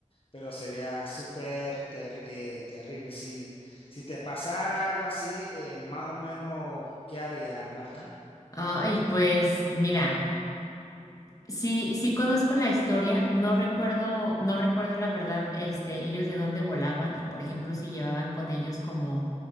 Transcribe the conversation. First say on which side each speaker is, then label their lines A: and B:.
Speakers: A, on the left; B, on the left.
A: pero sería súper ter- eh, terrible. Si, si te pasara algo así, eh, más o menos, ¿qué harías, Marta?
B: Ay, pues mira. Sí, sí conozco la historia, no recuerdo, no recuerdo la verdad, este, ellos de dónde volaban y por ejemplo si llevaban con ellos como,